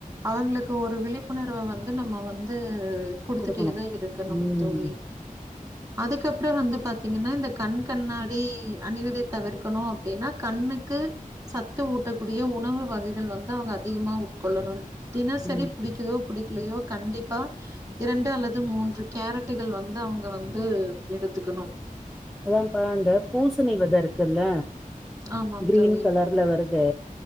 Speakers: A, on the right; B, in the centre.
A: அவங்களுக்கு ஒரு விழிப்புணர்வ வந்து நம்ம வந்து ஆ குடுத்துட்டேதா
B: குடுக்கணு
A: இருக்கணு
B: ம்
A: தோழி அதுக்கப்புறோ வந்து பாத்தீங்கன்னா இந்த கண் கண்ணாடி அணிவதை தவிர்க்கணு அப்டின்னா கண்ணுக்கு சத்து ஊட்டக்கூடிய உணவு வகைகள் நெல் வந்தா அவுங்க அதிகமா உட்கொள்ளணு தினசரி
B: ம்
A: புடிக்குதோ புடிக்கலியோ கண்டிப்பா இரண்டு அல்லது மூன்று கேரட்டுகள் வந்து அவுங்க வந்து எடுத்துக்கணு
B: அத்தான்பா அந்த பூசணிவெத இருக்குல்ல
A: ஆமாம்
B: க்ரீன்
A: தோழி.
B: கலர்ல வரு தே